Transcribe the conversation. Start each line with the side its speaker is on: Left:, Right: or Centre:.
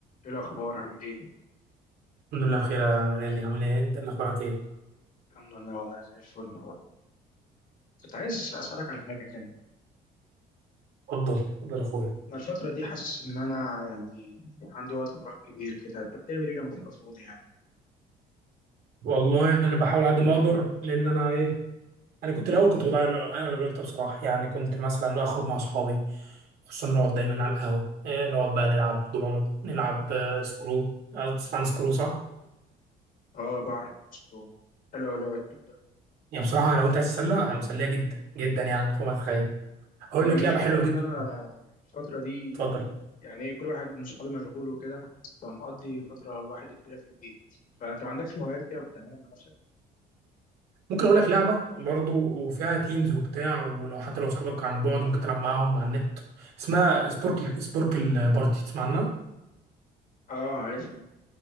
Left: ايه الاخبار عامل ايه
Right: الحمد لله بخير يا غالي عامل ايه انت اللي اخبارك ايه
Left: الحمد لله والله زي الفل كنت عايز اسالك على حاجه كده
Right: اتفضل اتفضل يا اخويا
Left: انا الفتره دي حاسس ان انا يعني عندي وقت فراغ كبير كده انت بتعمل ايه لما بتبقى فاضي يعني
Right: والله انا بحاول على قد ما اقدر لان انا ايه انا كنت الاول كنت بضيع اغلب الوقت ده بصراحه يعني كنت مثلا اخرج مع اصحابي خصوصا نقعد دايما على القهوه إيه نقعد بقى نلعب دومينو نلعب آه، سكرو آه، تسمع عن سكرو صح
Left: اه بعرف شكرا حلوه أوي اللعبه دي بحبها
Right: يعني بصراحه لو انت عايز تتسلى هي مسليه جدا جدا يعني فوق ما تتخيل اقول
Left: مع
Right: لك
Left: المشكله
Right: لعبه حلوه
Left: بقى ان
Right: جدا
Left: انا الفتره دي
Right: اتفضل
Left: يعني إيه، كل واحد من صحابي مشغول وكده فمقضي فتره لوحدي كبيره في البيت فانت ما عندكش هوايات كده بتعملها مع نفسك
Right: ممكن اقول لك لعبه برضو وفيها تيمز وبتاع ولو حتى لو اصحابك عن بعد ممكن تلعب معاهم على النت اسمها سبورك سبوركل بارتي تسمع عنها
Left: اه عارفها